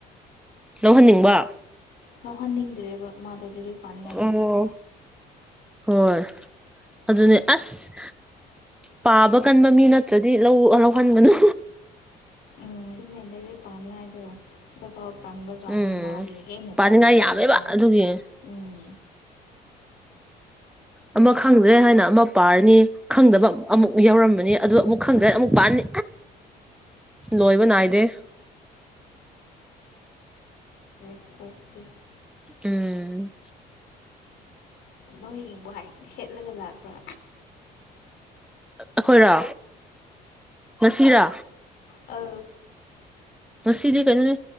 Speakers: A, in the centre; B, on the left (about 75°).
A: ꯂꯧꯍꯟꯅꯤꯡꯕ
B: ꯂꯧꯍꯟꯅꯤꯡꯗ꯭ꯔꯦꯕ ꯃꯥꯗꯣ ꯂꯥꯏꯔꯤꯛ ꯄꯥꯅꯤꯡꯉꯥꯏ ꯌꯥꯝ
A: ꯑꯣ
B: ꯇꯜꯂꯦ
A: ꯍꯣꯏ ꯑꯗꯨꯅꯦ ꯑꯁ ꯄꯥꯕ ꯀꯟꯕ ꯃꯤ ꯅꯠꯇ꯭ꯔꯗꯤ ꯂꯧꯍꯟꯒꯅꯨ
B: ꯎꯝ ꯄꯥꯟꯂꯗꯣ ꯇꯟꯕ ꯀꯥꯟꯅ
A: ꯎꯝ
B: ꯃꯥꯔꯤ ꯍꯦꯟꯅ
A: ꯄꯥꯅꯤꯡꯉꯥꯏ
B: ꯇꯜꯂꯦꯕꯒꯨꯝ
A: ꯌꯥꯝꯃꯦꯕ ꯑꯗꯨꯒꯤ
B: ꯎꯝ
A: ꯑꯃ ꯈꯪꯗ꯭ꯔꯦ ꯍꯥꯏꯅ ꯑꯃ ꯄꯥꯔꯅꯤ ꯈꯪꯗꯕ ꯑꯃꯨꯛ ꯌꯥꯎꯔꯝꯕꯅꯤ ꯑꯗꯨ ꯑꯃꯨꯛ ꯈꯪꯗ꯭ꯔꯦ ꯑꯃꯨꯛ ꯄꯅꯤ ꯂꯣꯏꯕ ꯅꯥꯏꯗꯦ
B: ꯑꯣꯁꯦ
A: ꯎꯝ
B: ꯂꯣꯏ ꯌꯦꯡꯕ ꯍꯥꯏ ꯁꯦꯠꯂꯒ ꯂꯥꯛꯄ꯭ꯔꯥ
A: ꯑꯩꯈꯣꯏꯔꯣ ꯅꯁꯤꯔꯥ
B: ꯑ
A: ꯁꯤꯗꯤ ꯀꯩꯅꯣꯅꯦ